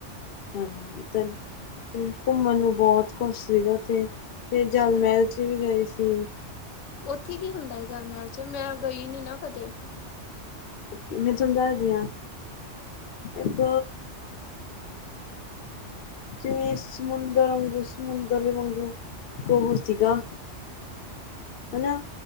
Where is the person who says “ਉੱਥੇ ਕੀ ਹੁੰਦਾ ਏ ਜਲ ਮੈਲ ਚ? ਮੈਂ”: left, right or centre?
Left